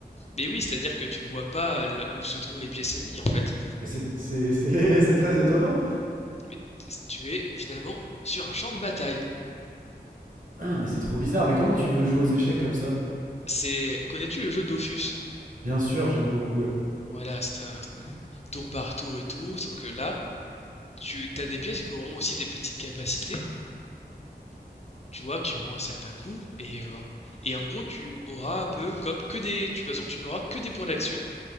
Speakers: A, on the left (about 40°); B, on the right (about 50°).
A: mais oui, c'est-à-dire que tu ne vois pas où se trouvent les pièces ennemies en fait.
B: Mais c'est- c'est <laughs> c'est- c'est très étonnant.
A: Mais tu es finalement sur un champ de bataille.
B: Ah, mais c'est trop bizarre. Mais comment tu veux jouer aux échecs comme ça
A: C'est, connais-tu le jeu Dofus?
B: Bien sûr, j'aime beaucoup. Ouais,
A: Voilà, c'est un tour par tour et tout, sauf que là, tu as des pièces qui auront aussi des petites capacités, tu vois, qui auront un certain coût. Et, euh, et en gros, tu auras un peu comme que des. Tu, par exemple, tu n'auras que des points d'action,